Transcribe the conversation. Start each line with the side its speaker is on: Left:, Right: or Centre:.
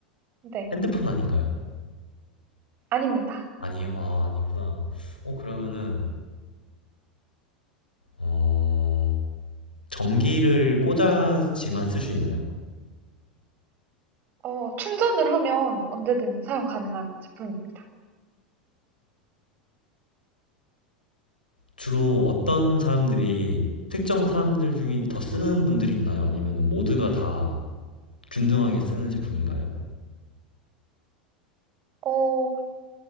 Right: 네,
Left: 핸드폰 아닌가요?
Right: 아닙니다.
Left: 아니에요 아 아니구나 어 그러면은 음어 전기를 꽂아지만 쓸 수 있나요?
Right: 어, 충전을 하면 언제든 사용 가능한 제품입니다.
Left: 주로 어떤 사람들이 특정 사람들 중에 더 쓰는 분들이 있나요? 아니면 모두가 다 균등하게 쓰는 제품인가요?
Right: 어,